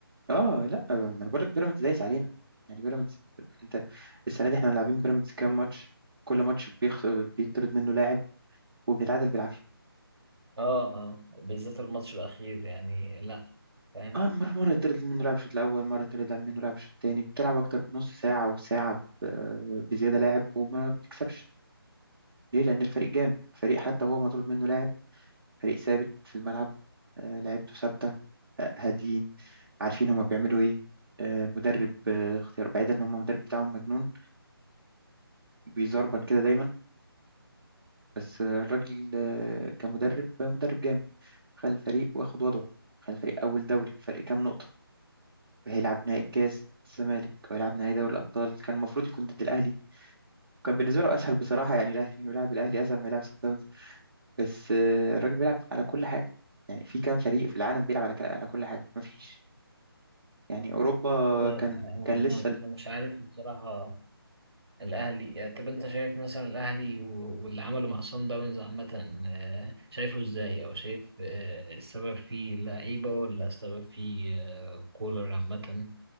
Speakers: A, on the right; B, on the right.
A: آه لا آه، ما أنا بقول لك بيراميدز دايس علينا يعني بيراميدز أنت السنة دي إحنا لاعبين بيراميدز كام ماتش كل ماتش بيخ... بيطرد منه لاعب وبنتعادل بالعافية
B: اه اه بالذات الماتش الاخير يعني لا فاهم
A: آه مرة مرة يطرد منه لاعب الشوط الأول مرة يطرد منه لاعب الشوط التاني بتلعب أكتر من نص ساعة وساعة ب- آه، بزيادة لاعب وما بتكسبش ليه؟ لأن الفريق جامد فريق حتى هو مطرود منه لاعب فريق ثابت في الملعب آه، لعيبته ثابتة آه، هاديين عارفين هما بيعملوا ايه آه، مدرب آه، اختيار بعيدا ان هما المدرب بتاعهم مجنون وبيزربن كده دايما بس آه، الراجل آه، كمدرب آه، مدرب جامد خلى الفريق واخد وضعه خلى الفريق اول دوري فرق كام نقطة هيلعب نهائي كاس الزمالك وهيلعب نهائي دوري الابطال كان المفروض يكون ضد الاهلي كان بالنسبة له اسهل بصراحة يعني الاهلي انه يلعب الاهلي اسهل ما يلعب سان داونز بس آه، الراجل بيلعب على كل حاجة يعني في كام فريق في العالم بيلعب على على كل حاجة مفيش يعني اوروبا
B: آه، آه،
A: كان
B: آه.
A: كان لسه
B: انا انا مش عارف بصراحة الاهلي طب انت شايف مثلا الاهلي و- واللي عمله مع صن داونز عامه آه، شايفه ازاي او شايف آه، السبب فيه لعيبه ولا السبب فيه آه، كولر عامه